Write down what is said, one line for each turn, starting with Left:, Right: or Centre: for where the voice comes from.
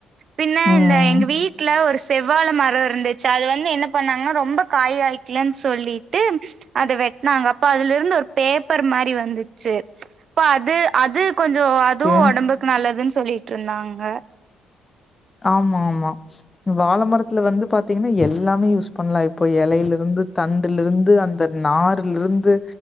Right: பின்ன
Left: ம்
Right: இந்த எங்க வீட்ல ஒரு செவ்வாழ மரோ இருந்துச்சு அது வந்து என்ன பண்ணாங்ன்னா ரொம்ப காய் காயிக்கலன் சொல்லிட்டு அத வெட்னாங்க அப்ப அதுல இருந்து ஒரு பேப்பர் மாரி வந்துச்சு ப்ப அது அது கொஞ்சோ அதுவு
Left: ஓகே
Right: ஒடம்புக்கு நல்லதுன் சொல்லிட்ருந்தாங்க
Left: ஆமா ஆமா வாழமரத் துல வந்து பாத்தீங்கன்னா எல்லாமே யூஸ் பண்லா இப்போ எலையிலிருந்து தண்டுலிருந்து அந் த நாருலிருந்து